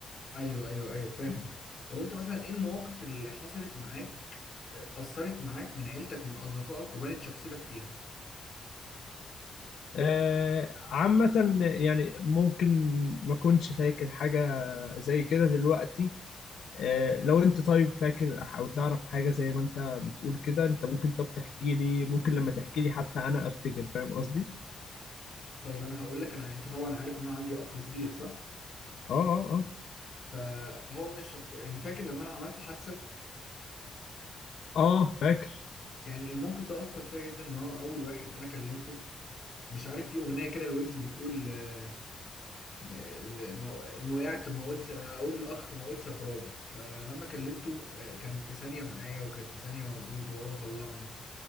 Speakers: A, on the left; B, on the left.
A: ايوه ايوه ايوه فاهم طب انت مثلا ايه المواقف اللي حصلت معاك آه، اثرت معاك من عيلتك ومن اصدقائك وبنت شخصيتك فيها
B: آه، عامة يعني ممكن ما كنتش فاكر حاجة زي كده دلوقتي آه، لو أنت طيب فاكر أو تعرف حاجة زي ما أنت بتقول كده أنت ممكن طب تحكي لي ممكن لما تحكي لي حتى أنا أفتكر فاهم قصدي؟
A: طيب انا هقول لك انا انت طبعا عارف ان انا عندي اخ كبير صح
B: آه آه آه
A: فهو من الشخص يعني فاكر لما انا عملت حادثه
B: آه فاكر
A: يعني الموقف ده اثر فيا جدا ان هو اول واحد انا كلمته مش عارف في اغنيه كده لويجز بتقول آه، م- ال- ما- ان وقعت ما قلتش اقول الاخ ما قلتش اغراب فلما كلمته آه، كان في ثانيه معايا وكان في ثانيه موجود وهو طلعني